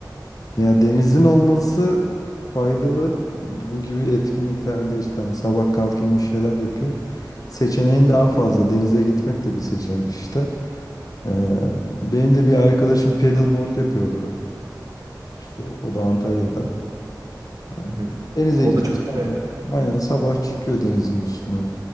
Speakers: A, on the left; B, on the right.
A: Ya denizin olması faydalı. Bu gibi etkinliklerde işte hani sabah kalkayım bir şeyler yapayım. Seçeneğin daha fazla. Denize gitmek de bir seçenek işte. Ee, benim de bir arkadaşım paddleboard yapıyordu. İşte o da Antalya'da. Ee,
B: Hı hı.
A: denize
B: O
A: gidip
B: da çok güzel.
A: aynen sabah çıkıyor denizin üstüne.